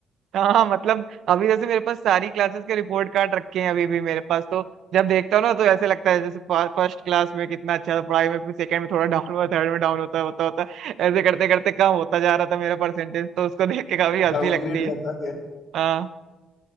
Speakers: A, on the right; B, on the left.
A: हाँ मतलब अभी जैसे मेरे पास सारी क्लासेस के रिपोर्ट कार्ड रखे हैं अभी भी मेरे पास तो जब देखता हूँ ना तो ऐसे लगता है जैसे फर्स्ट क्लास में कितना अच्छा था पढ़ाई में फिर सेकंड में थोड़ा डाउन हुआ थर्ड में डाउन होता होता होता ऐसे करते करते कम होता जा रहा था मेरा परसेंटेज तो उसको देख के काफी हंसी
B: डाउनग्रेड
A: लगती है
B: जाता है
A: हाँ